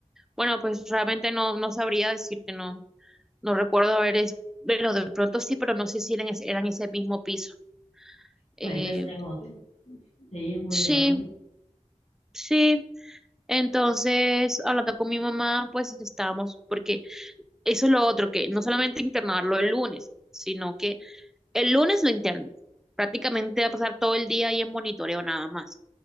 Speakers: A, in the centre; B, on the left.
A: Bueno, pues realmente no, no sabría decirte, no, no recuerdo haber, es, bueno, de pronto sí, pero no sé si eran, ese- eran ese mismo piso.
B: Puede
A: Eh,
B: que sea en otro, Ella es muy
A: sí,
B: grande,
A: sí. Entonces, hablando con mi mamá, pues estábamos, porque eso es lo otro, que no solamente internarlo el lunes, sino que El lunes lo internas. Prácticamente va a pasar todo el día ahí en monitoreo nada más.